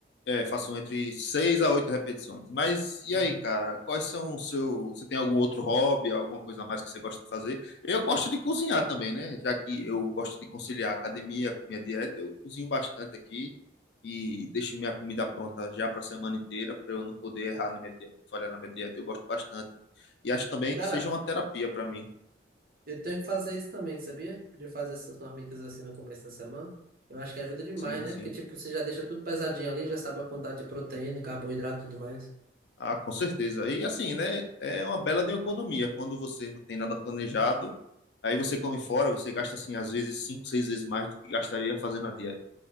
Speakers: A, on the left; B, on the right.
A: É, faço entre seis a oito repetições. Mas e
B: Uhum.
A: aí, cara? Quais são o seu. Você tem algum outro hobby, alguma coisa a mais que você gosta de fazer? Eu gosto de cozinhar também, né? Já que eu gosto de conciliar a academia com minha dieta, eu cozinho bastante aqui e deixo minha comida pronta já para a semana inteira, para eu não poder errar na minha dieta, falhar na minha dieta. Eu gosto bastante. E acho também
B: Cara,
A: que seja uma terapia para mim.
B: eu tenho que fazer isso também, sabia? De fazer essas marmitas assim no começo da semana. Eu acho que ajuda demais,
A: Sim,
B: né?
A: sim.
B: Porque, tipo, você já deixa tudo pesadinho ali, já sabe a quantidade de proteína, carboidrato e tudo mais.
A: Ah, com certeza. E assim, né? É uma bela de uma economia. Quando você não tem nada planejado, aí você come fora, você gasta assim, às vezes, cinco, seis vezes mais do que gastaria fazendo a dieta.